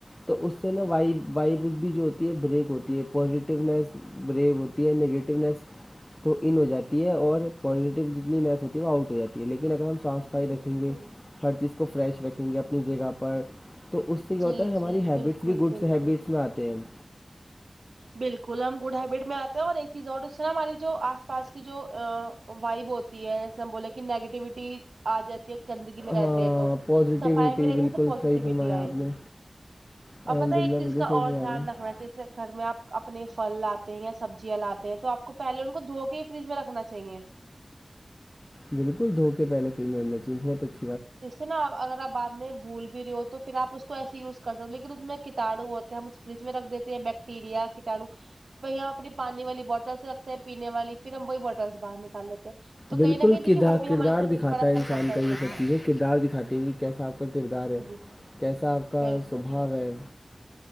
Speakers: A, on the left; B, on the right.
A: تو اس سے نا وائ وائب بھی جو ہوتی ہے بریک ہوتی ہے پوزیٹیونیس بریک ہو تی ہے نیگیٹیونیس تو ان ہو جاتی ہے اور پازیٹیو جتنی لیس ہوتی ہے وہ آؤٹ ہو جاتی ہے لیکن اگر ہم صاف صفائی
B: بالکل
A: رکھیں گے ہر چیز کو فریش رکھیں گے اپنی جگہ پر تو اس سے کیا
B: جی
A: ہوتا ہے ہماری
B: جی
A: ہیبٹس
B: بالکل
A: بھی گڈس
B: بالکل
A: ہیبٹس میں آتے ہیں ہم
B: بالکل ہم گڈ ہیبٹ میں آ تے ہیں اور ایک چیز اور اس نہ ہماری جو آس پاس کی جو وائب ہوتی ہے جسے ہم بولے کہ نیگیٹیوٹی آ جاتی گندگی میں رہتے
A: ہاں
B: ہیں تو
A: پازیٹیوٹی
B: صفائی میں رہیں
A: بالکل
B: گے تو پوزیٹیوٹی
A: صحیح فرمایا
B: آئے
A: آپ نے
B: گی ا
A: الحمد
B: پتہ ایک
A: للہ
B: چیز
A: بالکل
B: کا
A: صحیح
B: اور
A: فرما
B: دھیان
A: رہے ہیں
B: رکھنا چاہیے گھر میں آپ اپنے فل لاتے ہیں یا سبزیاں لاتے ہیں تو آپ کو پہلے ان کو دھو کے ہی فریج میں رکھنا چاہئیے
A: بالکل دھوکے پہلے فریج میں رکھنا چاہئے بہت اچھے
B: جس سے نا اگر آپ بعد میں گھول بھی رہی ہو تو پھرآپ اسکو ایسےہی یوز کر سک ہو لیکن اس میں کتاڑوں ہوتے ہیں ہم اسے فریج میں رکھ دیتے ہیں بیک یریا کٹا ڑو پھر ہم یہاں اپنی پانی والی بوٹلس رکھتے ہیں پینے والی پھر ہم وہی بھر باہر نکال لیتے تو
A: بالکل
B: کہیں نہ کہیں
A: کردار
B: دیکھئیے وہ بھی
A: کردار
B: ہمارے شریر
A: دکھاتا
B: پر اثر
A: ہے انسان
B: کرتا ہی
A: کا یہ
B: کرتا
A: سب چیزیں
B: ہے
A: کردار دکھاتی ہیں کہ کیسا آپ کا کردار ہے
B: بالکل
A: کیسا آپ کا
B: بالکل
A: سو بھاؤ
B: بالکل
A: ہے